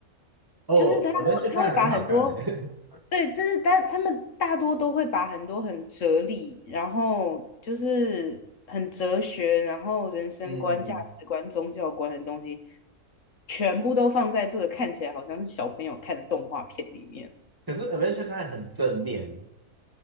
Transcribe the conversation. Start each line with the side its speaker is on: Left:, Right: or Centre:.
Right: <laughs> 哦，Adventure
Left: 就是他他会把很多
Right: Time 很好看呢。<laughs>
Left: 对，就是他他们大多都会把很多很哲理，然后就是很哲学，然后人生观、
Right: 嗯，
Left: 价值观、宗教观的东西，全部都放在这个看起来好像是小朋友看的动画片里面。
Right: 可是 Adventure Time 很正面，